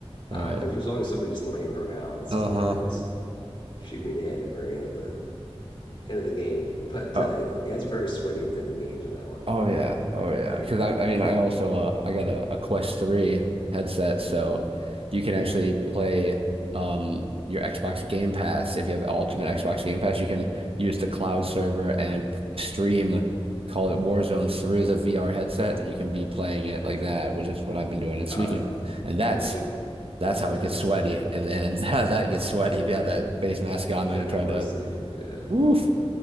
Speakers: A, on the left; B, on the right.
A: because
B: Right.
A: uh, there's always somebody just laying around somewhere,
B: Uh-huh.
A: just shoot me in the head at the very end of the end of the game. But
B: Uh,
A: uh, it's yeah, it's very sweaty at the end of the games in that one.
B: Oh yeah, oh yeah.
A: You
B: Because
A: know,
B: I, I mean, I also uh, I got a, a Quest 3 headset, so you can actually play um your Xbox Game Pass. If you have Ultimate Xbox Game Pass, you can use the cloud server and p- stream, call it Warzone through the VR headset, and you can be playing it like that, which is what I've been doing. And speaking
A: uh, that's,
B: of, and that's
A: that's super.
B: that's
A: That's
B: how
A: intense.
B: it gets sweaty in the end. <laughs> That gets sweaty if you have that face mask on and
A: That
B: you're trying
A: immersive.
B: to,
A: Yeah,
B: woof.